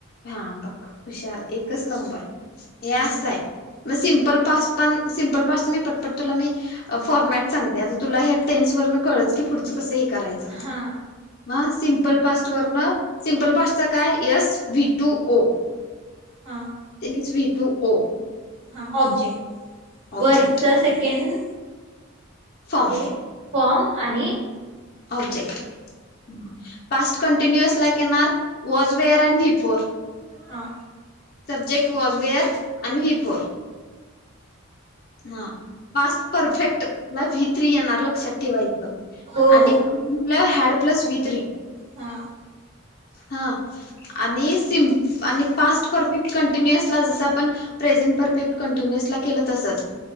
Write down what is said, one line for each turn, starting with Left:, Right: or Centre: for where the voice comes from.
Left: हा बघ हुशार एकच नंबर हे असं
Right: हम्म.
Left: आहे. मग सिंपल पास्ट पण सिंपल पास्ट मी पटपट तुला मी अ फॉरमॅट सांगते. आता तुला ह्या टेन्सवरण कळलच की पुढंचं कसं हे करायच. चं
Right: हा
Left: म हा सिम्पल पास्ट वरन सिम्पल पास्टचा काय यस वी टू ओ
Right: हा
Left: मीन्स वि टू ओ.
Right: हा ऑब्जेक्ट
Left: ऑब्जेक्ट
Right: वरच सेकेंड
Left: फॉर्म
Right: हे फ्रॉम आणि
Left: ऑब्जेक्ट हम्म पास्ट कंटिन्युअसला एक येणार वॉज वेअर आणि व्हीप. फॉर
Right: हा
Left: सब्जेक्ट वॉज वेअर आणि वी फॉर. हा पास्ट परफेक्ट ला वी थ्री येणार लक्षात ठेवायचं
Right: हो
Left: आणि हॅड प्लस वी थ्री.
Right: हा
Left: हा आणि सिम आणि पास्ट परफेक्ट कंटिन्युअस ला जसं आपण प्रेझेंट परफेक्ट कंटिन्युअस ला केल तसंच